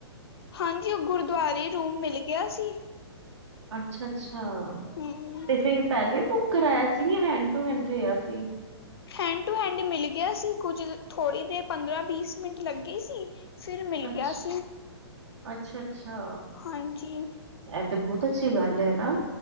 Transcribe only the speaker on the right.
ਅੱਛਾ- ਅੱਛਾ,
ਤੇ ਫੇਿਰ ਪਹਿਲੇ ਬੁੱਕ ਕਰਾਇਆ ਸੀ ਯ ਹੈਂਡ ਟੂ ਹੈਂਡ ਰਿਹਾ ਸੀ?
ਅੱਛ
ਅੱਛਾ- ਅੱਛਾ।
ਇਹ ਤੇ ਬਹੁਤ ਅੱਛੀ ਗੱਲ ਹੈ ਨਾ,